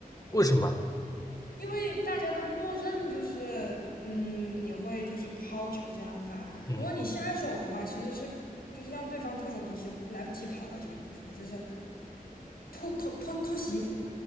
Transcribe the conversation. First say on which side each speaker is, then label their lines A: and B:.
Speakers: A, on the left; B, on the left.
A: 为什么？
B: 因为大家都默认就是，嗯，你会就是抛球这样发，
A: 嗯。
B: 如果你下手的话，其实是就是让对方措手不及，来不及跑到前面去的，就是突偷偷偷袭，